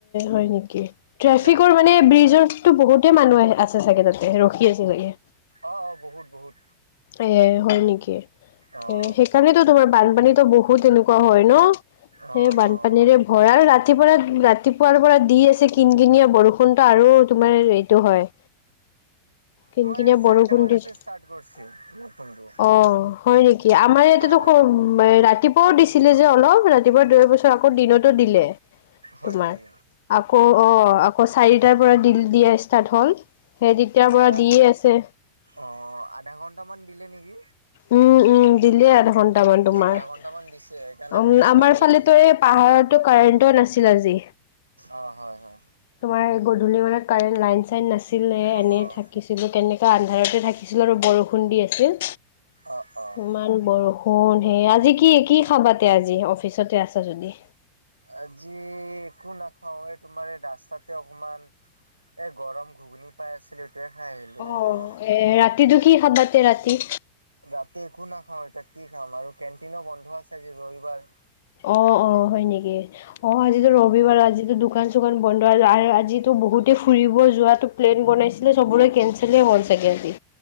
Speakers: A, on the left; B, on the right.
A: হয় নেকি ট্ৰেফিকৰ
B: ৰাতি
A: মানে
B: তোমাৰ
A: ব্ৰিজৰ টো বহুতে মানুহ আহ আছে চাগে তাতে ৰখি আছে চাগে
B: অঁ অঁ বহুত বহুত
A: এ হয় নেকি এ
B: অ',
A: সেইকাৰণেতো তোমাৰ বানপানীতো বহুত এনেকুৱা হয় ন সেই
B: অ',
A: বানপানীৰে
B: অ'।
A: হয় আৰু ৰাতিপুৱা ৰাতিপুৱাৰ পৰা দি আছে কিন কিনিয়া বৰষুণত টো আৰু তোমাৰ এইটো হয় কিন
B: তোমাৰ
A: কিনীয়া
B: এই চাৰিটা
A: বৰষুণ
B: বজাৰ
A: দিছে
B: চে ষ্টাৰ্ট কৰিছে ফোনটো
A: অ হয় নেকি আমাৰ ইয়াতেতো
B: অ',
A: ৰাতিপুৱাও দিছিলে যে অলপ ৰাতিপুৱা দুই পাছত আকৌ দিনতো দিলে
B: হয়
A: তোমাৰ
B: নেকি?
A: আকৌ অ চাৰিটাৰ পৰা দিয়া ষ্টাৰ্ট হ'ল সেই তেতিয়াৰ
B: পুৰা
A: পৰা দিয়ে আছে
B: অ আধা ঘন্টামান দিলে নেকি
A: উম উম দিলে আধা ঘণ্টা মান তামান তোমাৰ
B: আধা ঘন্টামান দিছে সেইকাৰণে
A: উম
B: বহুত
A: আমাৰ
B: পানী লাগিল।
A: ফালটো এই পাহাৰতো কাৰেণ্টো নাছিল আজি
B: অ' হয় হয়।
A: তোমাৰ গধূলি মানত কাৰেণ্ট লাইন চাইন নাছিলে,
B: অ',
A: এনে
B: অ',
A: থাকিছ। চিলোঁ কেনেকে আন্ধাৰতে থাকিছিলোঁ আৰু বৰষুণ দি আছিল,
B: অ', অ'।
A: ইমান বৰষুণ। ষুণ সে আজি কি কি খাবা তে আজি, অফিচতে আছা যদি?
B: আজি একো নাখাও, এ তোমাৰ এই ৰাস্তাতে অকমান। এ গৰম ঘুগুনি পাই আছিলো। সেইটোৱে খাই আহিলো।
A: অ
B: অলপমান।
A: এ ৰাতিটো কি খাবা তে ৰাতি?
B: ৰাতি একো নাখাওঁ, এতিয়া কি খাম আৰু কেণ্টিনো বন্ধ আছে আজি ৰবিবাৰ।
A: অ' অ' হয় নেকি, অ আজিটো
B: উম,
A: ৰবিবাৰ আজিটো দোকান চোকান বন্ধ আৰু আজিটো বহুতেই ফুৰিব যোৱাটো প্লেন বনাইছিলে, চবৰে কেনচেলেই মন চাগে আজি।